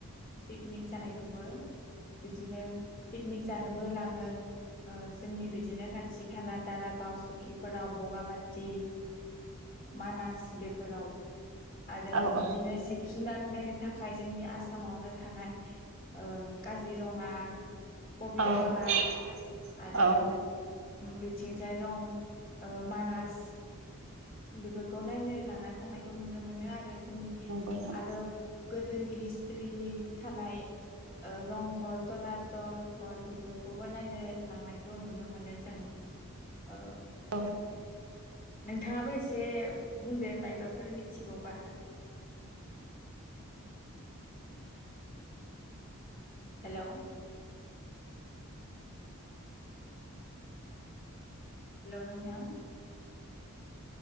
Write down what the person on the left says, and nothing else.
पिकनिक जानायखौबो। बिदिनो पिकनिक जानोबो लाङो ओ जोंनि बिदिनो खाथि खाला दारागाव सुकिफारा बगामाथि मानास बे फोराव आरो
बिदिनो जिब-जुनार नायनो थाखाय जोंनि आसामावनो थानाय ओ काजिरङा, पबितरा
आरो बिथिंजाय दं ओ मानास। बेफोरखौ नायनो लाना थांनायखौ नुनो मोनो आरो जोंनि
आरो गो दोनि हिस्टरिनि थानाय रंघर थलाथल घर बेफोरखौबो नायनो लांनायखौ नु नो मोनो जों ओ
<inaudible> नों थाङाबो एसे बुंदो माइबाफोर मिथिगौबा।
हेलौ। हेलौ नोंथां।